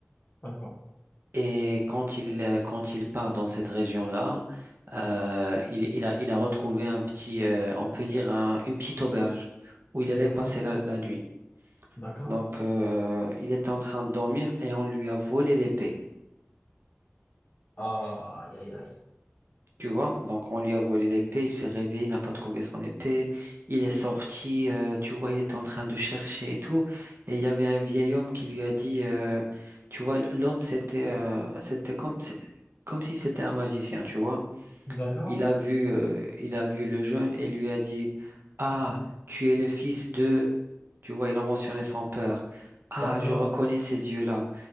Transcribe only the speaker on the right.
Et quand il, euh, quand il part dans cette région-là, euh, il, il a, il a retrouvé un petit, euh, on peut dire un- une petite auberge où il allait
passer la, la nuit.
Donc, euh, il était en train de dormir et on lui a volé l'épée.
Tu vois? Donc, on lui a volé l'épée, il s'est réveillé, il n'a pas trouvé son épée. Il est sorti, euh, tu vois, il était en train de chercher et tout. Et il y avait un vieil homme qui lui a dit, euh, tu vois, l'homme, c'était euh, c'était comme, c'est- comme si c'était un magicien, tu vois.
Il a vu, euh, il a vu le jeune et lui a dit, Ah, tu es le fils de... Tu vois, il a mentionné son père. Ah,
je reconnais ces yeux-là.